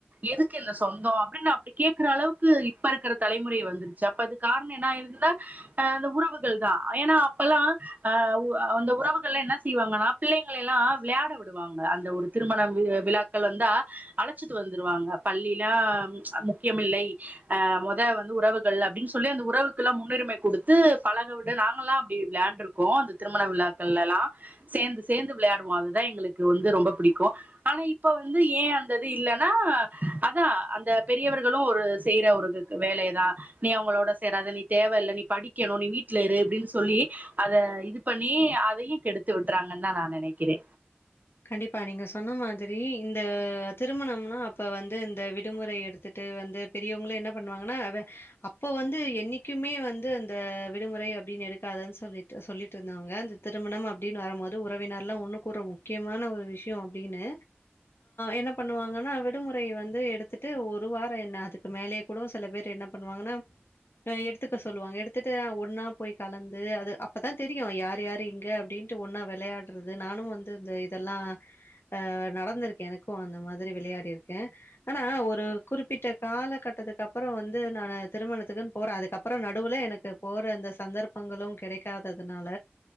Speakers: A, on the right; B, on the left.
A: எதுக்கு இந்த சொந்தோ அப்டின் அப்டி கேக்குற அளவுக்கு இப்ப இருக்கிற தலைமுறை வந்துருச்சு அப்ப அது காரணம் என்ன ஆயிருதுனா அ அந்த உறவுகள் தா ஏனா அப்பெல்லா அ உ அந்த உறவுகள்லா என்ன செய்வாங்கன்னா பிள்ளைங்கள எல்லா விளையாட விடுவாங்க அந்த ஒரு திருமண வு விழாக் கள் வந்தா அழச்சிட்டு வந்துருவாங்க பள்ளிலா அ முக்கியமில்லை அ மொத வந்து உறவுகள் அப்டின் சொல்லி அந்த உறவுக்குல்லா முன்னுரிமை குடுத்து பழக விட நாங்கல்லா அப்டி வெளாண்ட்ருக் கு அந்த திருமண விழாக்கள்லல்லா சேந்து சேந்து விளயாடுவோ அதுதா எங்களுக்கு வந்து ரொம்ப புடிக்கு ஆனா இப்போ வந்து ஏ அந்தது இல்லனா அதா அந்த பெரியவர்களு ஒரு செய்ற ஒரு வேலைதா நீ அவுங்களோட சேராத நீ தேவ இல்ல நீ படிக்கணு நீ வீட்ல இரு இப்டின் சொல்லி அத இது பண்ணி அதையு கெடுத்து விட்டுறாங்கன்தா நா நெனக்கிறே
B: கண்டிப்பா நீங்க சொன்ன மாதிரி இந்த திருமணம்னா அப்ப வந்து இந்த விடுமுறை எடுத் த்துட்டு வந்து பெரியவங்களு என்ன பண்ணுவாங்கன்னா அப்போ வந்து என்னைக்குமே வந்து அந்த விடுமுறைய அப்டின்னு எடுக்காத சொல்லிட்டு சொல்லிட்டு இருந்தாங்க அந்த திருமணம் அப்டின்னு வரும்போது உறவினரல்லா ஒன்னு கூட்ற முக்கியமான ஒரு விஷ்யோ அப்டின்னு என்ன பண்ணுவாங்கன்னா விடுமுறைய வந்து எடுத்து ட்டு ஒரு வாரொ என்ன அதுக்கு மேலயே கூட சில பேரு என்ன பண்ணுவாங்கன்னா அ எடுத்துக்க சொல்லுவாங்க எடுத்துட்டு அ ஒன்னாப் போய் கலந்து அது அப்பதா தெரியு யாரு யாரு எங்க அப்டின்ட்டு ஒன்னா வெளையாடுறது நானு வந்து இந்து இதெல்லா அ நடந்திருக்கு எனக்கு அந்த மாதிரி விளையாட் ட்டிருக்கே ஆனா ஒரு குறிப்பிட்ட காலகட்டத்துக்கு அப்பறோ வந்து நானு திருமணத்துக்குன் போறா அதுக்கப்புறோ நடுவுல எனக்கு போற அந்த சந்தர்ப்பங்களு கெடைக்காததனால